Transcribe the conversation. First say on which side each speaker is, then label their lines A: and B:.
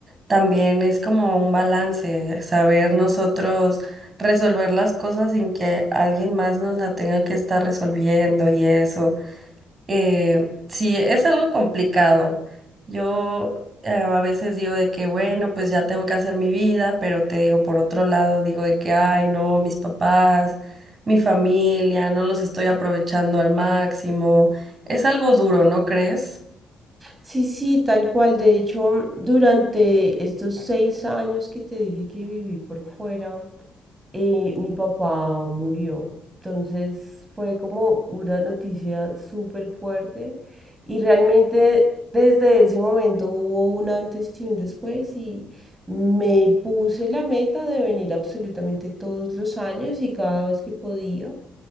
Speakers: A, on the right; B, on the right.
A: también es como un balance, saber nosotros resolver las cosas sin que alguien más nos la tenga que estar resolviendo y eso. Eh, sí, es algo complicado. Yo eh, a veces digo de que, bueno, pues ya tengo que hacer mi vida, pero te digo, por otro lado, digo de que, ay, no, mis papás, mi familia, no los estoy aprovechando al máximo. Es algo duro, ¿no crees?
B: Sí, sí, tal cual. De hecho, durante estos seis años que te dije que viví por fuera, eh, mi papá murió. Entonces fue como una noticia súper fuerte y realmente desde ese momento hubo un antes y un después y me puse la meta de venir absolutamente todos los años y cada vez que podía.